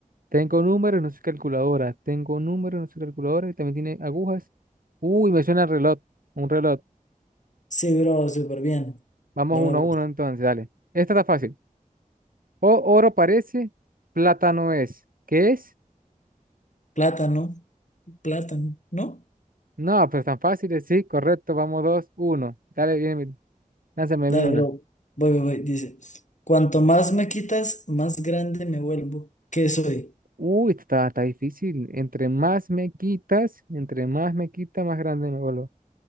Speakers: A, on the right (about 75°); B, on the left (about 55°).
A: Tengo números, no soy calculadora. Tengo números, no soy calculadora. Y también tiene agujas. Uy, me suena el reloj. Un reloj.
B: Sí, bro, súper bien.
A: Vamos
B: Va, va,
A: uno a
B: va.
A: uno entonces, dale. Esta está fácil. O oro parece, plata no es. ¿Qué es?
B: Plátano, plátano, ¿no?
A: No, pero tan fácil, sí, correcto. Vamos dos, uno. Dale, bien, lánzame a
B: Dale,
A: mí una.
B: bro. Voy, voy, voy. Dice, cuanto más me quitas, más grande me vuelvo. ¿Qué soy?
A: Uy, está, está difícil. Entre más me quitas, entre más me quita, más grande me vuelvo.